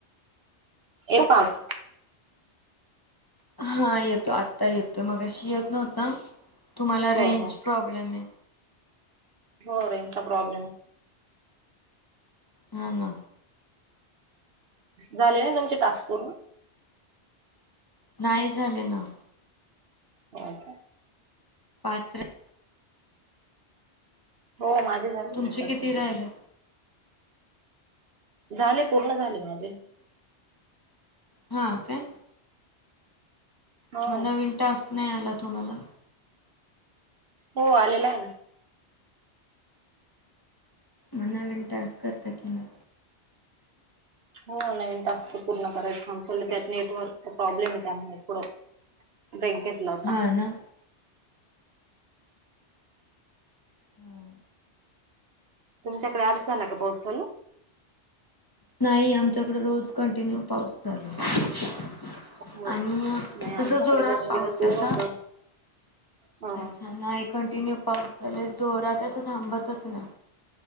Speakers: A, on the right; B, on the left.
A: ए पाच
B: हा येतो आत्ता येतोय मग अशी येत नव्हता. तुम्हाला
A: हो
B: रेंज
A: हो
B: प्रॉब्लेम आहे.
A: हो रेंजचा प्रॉब्लेम हो.
B: हा ना
A: झाले ना तुमचे टास्क पूर्ण?
B: नाही झाले ना.
A: हो का
B: पाच्र
A: हो माझे झाले.
B: तुमचे किती राहिले?
A: झाले पूर्ण झाले माझे.
B: हा का
A: हो
B: मग नवीन टास्क नाही आला तुम्हाला?
A: हो आलेला हें ना
B: मना <unintelligible>
A: हो नवीन ताासच पूर्ण करायचं नाम सलं त्यात नेटवर्कचा प्रॉब्लेम आहे त्यामुळे थोडं. ब्रेक घेतला होता.
B: हां ना? हां.
A: तुमच्याकडे आज झाला का पाऊस चालू
B: नाही आमच्याकडे रोज कंटिन्यू पाऊस चालू आहे
A: हो
B: आणि
A: नाही आमच्याकडे
B: तस जोरात
A: दोन
B: पाऊस
A: दिवस ऊन
B: <unintelligible>
A: होत हो
B: अच्छा नाही कंटिन्यू पाऊस चालू जोरातातसं थांबतच नाय